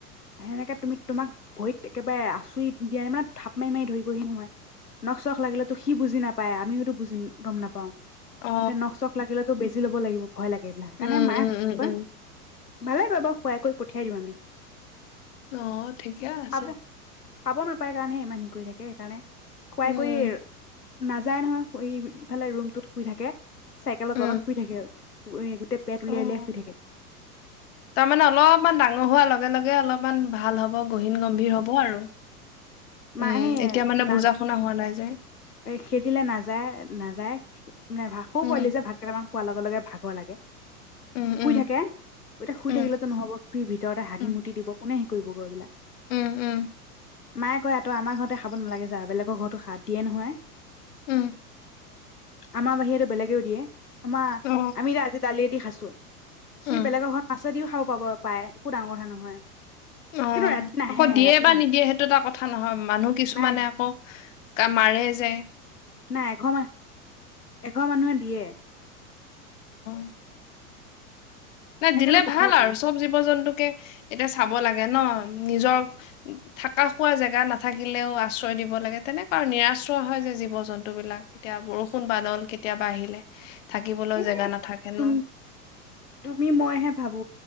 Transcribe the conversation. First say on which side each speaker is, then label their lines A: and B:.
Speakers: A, on the left; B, on the left.
A: সেনেকে তুমি তোমাক ভৰিত একেবাৰে আচুৰি দিয়া নাই মানে থাপ মাৰি মাৰি ধৰিবহি নহয় নখ চখ লাগিলে তো সি বুজি নাপায় আমিওতো বুজি গম নাপাওঁ
B: অ
A: এতিয়া নখ চখ লাগিলেতটো বেছি ল'ব লাগিব ভয় লাগে এইবিলাক কাৰণে
B: উম
A: মায়ে
B: উম উম
A: কয়
B: উম
A: ভালে এবাৰ খোৱাকৈ পঠিয়াই দিম আমি
B: অ ঠিকে আছে
A: খাব খাব নাপায় কাৰণেহে ইমান হেৰি কৰি থাকে সেইকাৰণে কোৱাই
B: উম
A: কৰি নাযায় নহয় এইফালে ৰুমটোত শুই থাকে চাইকেলৰ
B: উম
A: তলত শুই থাকে আৰু <unintelligible> তে পেট
B: অ
A: উলিয়াই উলিয়াই শুই থাকে
B: তাৰমানে অলপমান ডাঙৰ ন হোৱাৰ লগে লগে অলপ অমান ভাল হ'ব গহীন গম্ভীৰ হ'ব আৰু
A: মাহে
B: উম এতিয়া মানে
A: ন
B: বুজা শুনা হোৱা নাই যে
A: খে দিলে নাযায় নাযায় মানে ভাকো
B: উম
A: পোৱালি যে ভাত কেইটামান খোৱাৰ লগে লগে ভাগৰ লাগে
B: উম
A: শুই
B: উম
A: থাকে ইতিয়া শুই
B: উম
A: থাকিলেতো নহব সি ভিতৰতে হাগি
B: উম
A: মুটি দিব কোনে হে কৰিব গৈ এইবিলাক
B: উম উম
A: মা কয়ো আমাৰ ঘৰতে খাব নালাগে য বেলেৰ ঘৰতো সাৰ দিয়ে নহয়
B: উম
A: আমাৰ বাহিৰে বেলেগেও দিয়ে আমাৰ
B: অ
A: আমি আজি দালিয়েদি খাইছো চ <unintelligible> সি
B: উম।
A: বেলেগৰ ঘৰত আছে যদিও খাব পাব পায় একো ডাঙৰ কথা নহয়
B: অ
A: কিন্তু ৰাতি নাহে
B: আকৌ দিয়ে
A: ৰাতি
B: বা
A: নাহে
B: নিদিয়ে সেইটো এটা কথা কথা নহয় মানুহ কিছুমানে
A: নাই
B: আকৌ ক মাৰে যায়
A: নাই এঘৰ মানুহে এঘৰ মানুহে দিয়ে
B: <unintelligible> নাই
A: সেইকাৰণে
B: দিলে
A: পঠিয়াই
B: ভাল
A: দিলো
B: আৰু চব জীৱ জন্তুকে এতিয়া চাব লাগে ন নিজৰ থকা খোৱা জেগা নাথাকিলেও আশ্ৰয় দিব লাগে তেনেকুৱা আৰু নিৰাশ্ৰয় হয় যে জীৱ জন্তু বিলাক এতিয়া বৰষুণ বাদল কেতিয়াবা আহিলে থাকিবলৈও
A: এ
B: জেগা নাথাকেনো
A: তুম তুমি মইহে ভাবো